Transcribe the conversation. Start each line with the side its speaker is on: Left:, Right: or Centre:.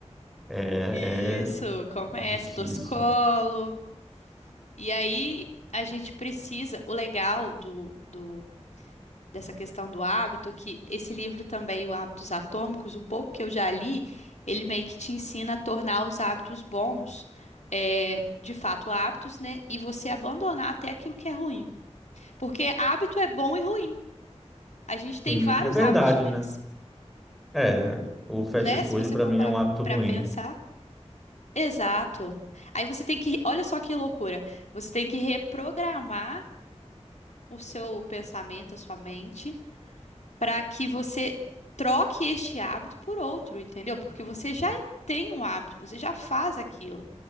Centre: é,
Left: Isso,
Centre: é
Left: começa,
Centre: difícil.
Left: torcicolo. E aí a gente precisa. O legal do, do dessa questão do hábito, que esse livro também, o Hábitos Atômicos, o pouco que eu já li, ele meio que te ensina a tornar os hábitos bons, é, de fato hábitos, né? E você abandonar até aquilo que é ruim. Porque hábito é bom e ruim. A gente tem
Centre: Sim,
Left: vários
Centre: é verdade,
Left: hábitos ruins,
Centre: né? É, o fast
Left: né?
Centre: food
Left: Se você
Centre: para
Left: for
Centre: mim
Left: para
Centre: é um hábito
Left: para
Centre: ruim.
Left: pensar. Exato. Aí você tem que, olha só que loucura. Você tem que reprogramar o seu pensamento, a sua mente para que você troque este hábito por outro, entendeu? Porque você já tem um hábito, você já faz aquilo.